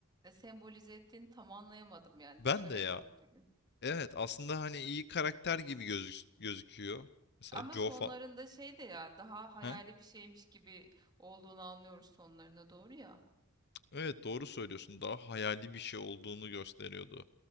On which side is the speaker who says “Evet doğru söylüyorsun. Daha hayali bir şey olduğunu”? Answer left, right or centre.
Left